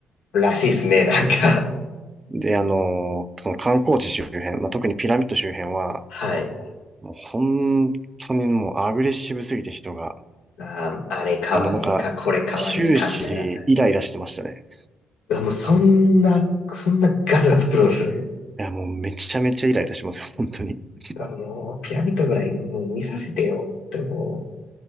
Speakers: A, on the left; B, on the right.
A: らしいですね、なんか。
B: で、あの、その観光地周辺、まあ、特にピラミッド周辺は、
A: はい。
B: もう本当にもうアグレッシブすぎて人が、
A: あー、あれ買わねえか、
B: あの、なんか、
A: これ買わねえか、
B: 終始イライラしてましたね。
A: みたいな。もうそんな、そんなガツガツプロですね。
B: いや、もうめちゃめちゃイライラしますよ、本当に。い
A: あの、ピラミッドぐらいもう見させてよっても